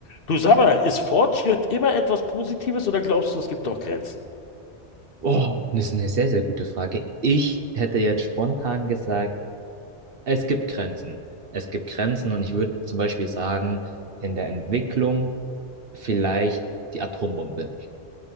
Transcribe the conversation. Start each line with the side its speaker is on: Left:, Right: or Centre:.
Left: Du sag mal, ist Fortschritt immer etwas Positives oder glaubst du, es gibt auch Grenzen?
Right: Oh, das ist eine sehr, sehr gute Frage. Ich hätte jetzt spontan gesagt, es gibt Grenzen. Es gibt Grenzen und ich würde zum Beispiel sagen, in der Entwicklung vielleicht die Atombombe.